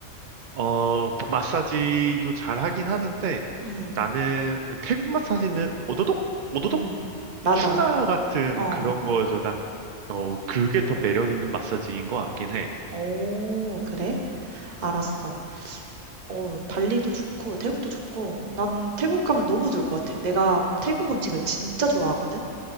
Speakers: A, on the right; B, on the right.
A: 어, 마사지도 잘 하긴 하는데
B: 음.
A: 나는 태국 마사지는 오도독, 오도독
B: 음, 맞아.
A: 추나 같은
B: 어.
A: 그런 거에서 난, 어, 그게 더 매력 있는 마사지인 것 같긴 해.
B: 오, 그래? 알았어. 어, 발리도 좋고, 태국도 좋고, 난 태국 가면 너무 좋을 것 같아. 내가 태국 음식을 진짜 좋아하거든?